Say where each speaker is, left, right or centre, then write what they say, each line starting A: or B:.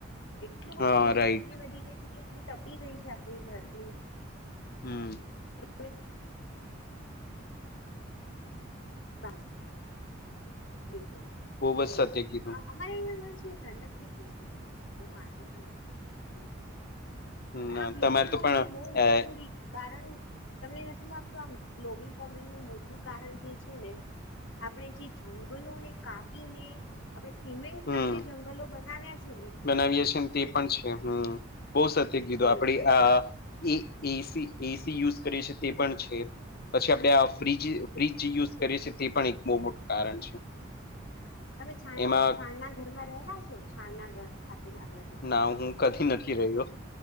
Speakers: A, on the left (about 60°); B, on the left (about 50°).
A: એટલું બધું
B: હા
A: ગરમી
B: રાઈટ
A: એટલી વધી ગઈ છે કે એટલી તપી ગઈ છે આપણી ધરતીમાં
B: હમ.
A: <inaudible> બન સકતા એક રમ
B: બહુ જ
A: તો
B: સત્ય કીધું
A: આ આ અમારે અં ઘર છે ઠંડક થઈ ગઈ છે એ તો બહ વાંધો નથી એ
B: હમ
A: પણ
B: ના,
A: આ ગ્લોબલ
B: તમારે
A: વોર્મિંગનુંું
B: તો પણ
A: બહુ મોટું
B: અ
A: રી કારણ તમને નથી લાગતું આમ ગ્લોબલ વોર્મિંગનુંું મોટું કારણ છે છે ને આપણે જે જંગલોને કાપીને આપણે સિમેન્ટ
B: હમ
A: ના જે જંગલો બનાવ્યા છે ને
B: બનાવીએ છે ને તે પણ છે હમ બહ સત્ય કીધું
A: હમ.
B: આપણે અ એ એસી એસી યુઝ કરે છે તે પણ છે. પછી આપડે આ ફ્રીજ ફ્રીજ જે યુઝ કરીએ છીએ તે પણ એક બહુ મોટું કારણ છે.
A: હા તમે છા
B: એમાં
A: છાણ ના ઘરમાં રહેલા છો છાણ ના ઘર છાપી ના ઘરમાં
B: ના હું કથી નથી રહ્યો.